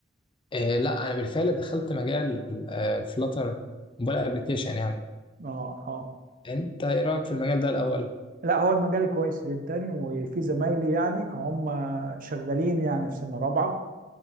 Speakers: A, on the left; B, on the right.
A: آه لا انا بالفعل دخلت مجال آه الفلاتر موبايل ابلكيشن يعني
B: اه اه
A: انت ايه رأيك في المجال ده الاول
B: لا هو المجال كويس جدا وفي زمايلي يعني هم شغالين يعني في سنة رابعة